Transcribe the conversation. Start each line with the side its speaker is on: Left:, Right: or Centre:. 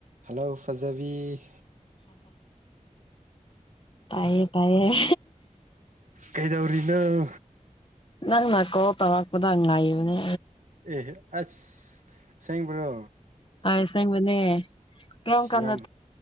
Right: Hello ꯐꯖꯥꯕꯤ
Left: ꯄꯌꯦꯌꯦ ꯄꯌꯦꯌꯦ
Right: ꯀꯩꯗꯧꯔꯤꯅꯣ
Left: ꯅꯪ ꯃ ꯀꯣ ꯇꯔꯄꯗ ꯉꯥꯏꯕꯅꯦ
Right: ꯑꯦꯍ ꯑꯁ ꯁꯦꯡꯕ꯭ꯔꯣ
Left: ꯑꯩ ꯁꯪꯕꯅꯦ ꯀꯔꯝ
Right: ꯑꯁ
Left: ꯀꯥꯟꯗ
Right: ꯌꯥꯝ